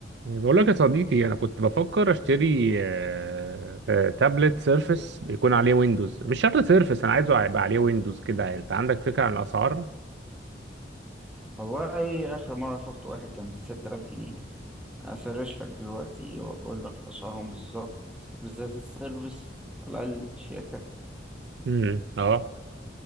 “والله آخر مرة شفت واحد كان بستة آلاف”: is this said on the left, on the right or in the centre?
Centre